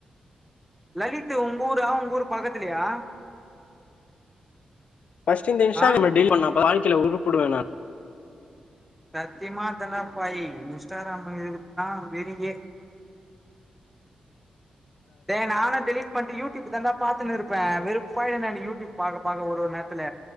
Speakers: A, in the centre; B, on the left.
A: லலித்து உங்க ஊரா உங்க ஊரு பக்கத்திலயா
B: பஸ்ட்டு இந்த இன்ஸ்டாகிராம
A: ஆ
B: டெலிட் பண்ணாதா வாழ்கைல உருப்புடுவ நான்
A: சத்தியமா அதாண்டப்பாயி இன்ஸ்டாகிராம் இருக்குத்தா வெரியே டே நானு டெலிட் பண்டு யூடியூப் தா தான்டா பாத்துன்னு இருப்ப வெறுப்பாயிடுண் டா எனக்கு யூடியூப் பாக்க பாக்க ஒரு ஒரு நேர்த்துல